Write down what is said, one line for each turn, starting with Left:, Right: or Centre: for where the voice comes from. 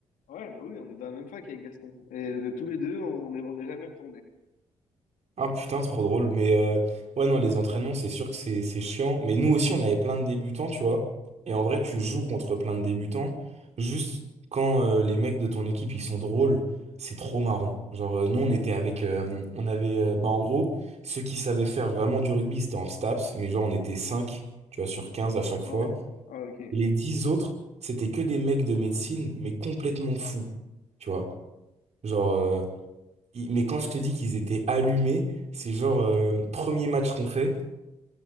Left: Ouais, bah oui, on est dans la même fac avec Gaston. Et de tous les deux, on est, on n'est jamais retournés.
Right: Ah putain, trop drôle. Mais euh, ouais, non, les entraînements, c'est sûr que c'est c'est chiant. Mais nous aussi, on avait plein de débutants, tu vois. Et en vrai, tu joues contre plein de débutants. Juste quand euh, les mecs de ton équipe, ils sont drôles, c'est trop marrant. Genre, euh, nous, on était avec. euh, on avait. euh, bah, en gros, ceux qui savaient faire vraiment du rugby, c'était en STAPS. Mais genre, on était 5 tu vois, sur 15 à chaque
Left: Ouais.
Right: fois.
Left: Ah, ok.
Right: Les 10 autres, c'était que des mecs de médecine, mais complètement fous. Tu vois. Genre. euh, ils- Mais quand je te dis qu'ils étaient allumés, c'est genre euh, premier match qu'on fait,